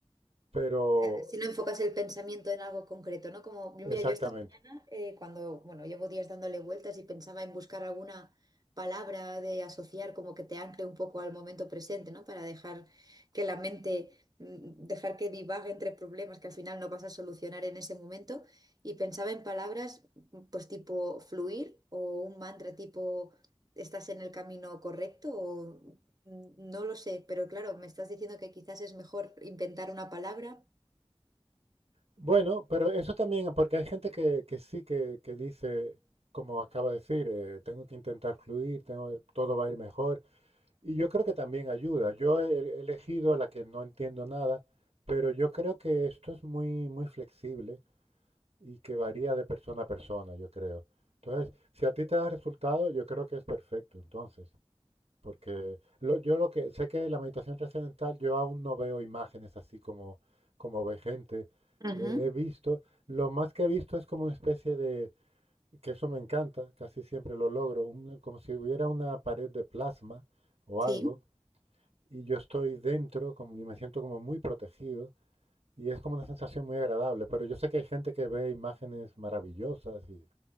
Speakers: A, on the right; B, on the right.
A: Pero
B: Eh, Si no enfocas el pensamiento en algo concreto, ¿no? Como, mira,
A: Exactamente.
B: yo esta Sí. mañana, eh, cuando, bueno, llevo días dándole vueltas y pensaba en buscar alguna palabra de asociar como que te ancle un poco al momento presente, ¿no? Para dejar que la mente, mm, dejar que divague entre problemas que al final no vas a solucionar en ese momento. Y pensaba en palabras, mm, pues tipo fluir o un mantra tipo, ¿estás en el camino correcto? o, mm, No lo sé, pero claro, me estás diciendo que quizás es mejor inventar una palabra
A: Bueno, pero eso también, porque hay gente que, que sí que, que dice, como acaba de decir, eh, tengo que intentar fluir, tengo, que- todo va a ir mejor. Y yo creo que también ayuda. Yo he he elegido a la que no entiendo nada, pero yo creo que esto es muy, muy flexible y que varía de persona a persona, yo creo. Entonces, si a ti te da resultado, yo creo que es perfecto, entonces. Porque lo- yo lo que sé que la meditación trascendental, yo aún no veo imágenes así como, como ve gente.
B: Ujú,
A: Eh, he visto, lo más que he visto es como una especie de, que eso me encanta, casi siempre lo logro, una- como si hubiera una pared de plasma o
B: Sí,
A: algo, y yo estoy dentro como, y me siento como muy protegido, y es como una sensación muy agradable. Pero yo sé que hay gente que ve imágenes maravillosas y,